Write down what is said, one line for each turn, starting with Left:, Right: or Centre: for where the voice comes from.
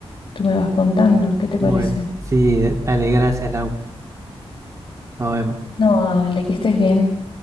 Left: tú me vas contando, ¿qué te
Right: Bueno,
Left: parece?
Right: sí, dale, gracias, Lau. Nos vemos.
Left: No, dale, que estés bien.